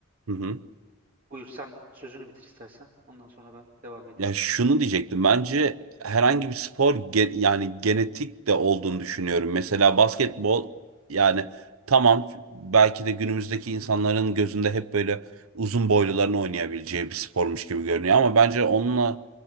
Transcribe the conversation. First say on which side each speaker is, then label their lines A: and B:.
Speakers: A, on the right; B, on the right.
A: Hı hı.
B: Buyur sen sözünü bitir istersen. Ondan sonra ben devam edeyim.
A: Ya şunu diyecektim. Bence herhangi bir spor ge- yani genetik de olduğunu düşünüyorum. Mesela basketbol yani tamam belki de günümüzdeki insanların gözünde hep böyle uzun boyluların oynayabileceği bir spormuş gibi görünüyor ama bence onunla